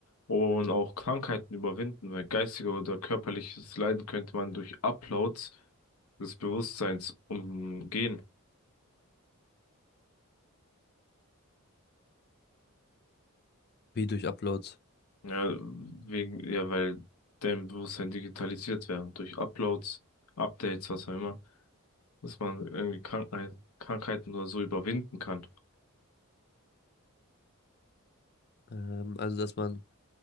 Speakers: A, on the left; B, on the left.
A: Und auch Krankheiten überwinden, weil geistiger oder körperliches Leiden könnte man durch Uploads des Bewusstseins umgehen.
B: Wie durch Uploads?
A: Ja, wegen, ja, weil dein Bewusstsein digitalisiert wäre. Durch Uploads, Updates, was auch immer, dass man irgendwie Krankheit, Krankheiten oder so überwinden kann.
B: Ähm, also, dass man,